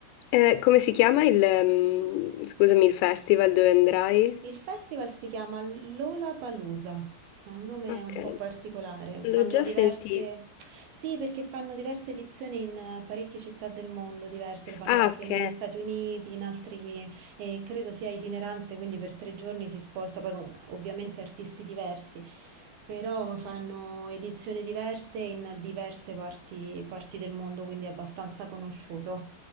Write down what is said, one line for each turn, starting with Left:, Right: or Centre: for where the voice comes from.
Left: eh, come si chiama il, ehm, scusami, il festival dove andrai?
Right: Il festival si chiama Lollapalooza, è un nome
Left: Ok,
Right: un po' particolare,
Left: l'ho
Right: fanno
Left: già
Right: diverse...
Left: sentito.
Right: Sì, perché fanno diverse edizioni in eh, parecchie città del mondo diverse, lo fanno
Left: Ah,
Right: anche
Left: ok,
Right: negli Stati Uniti, in altri... e credo sia itinerante, quindi per tre giorni si sposta, poi con ovviamente artisti diversi, però fanno edizioni diverse in diverse parti, parti del mondo, quindi è abbastanza conosciuto.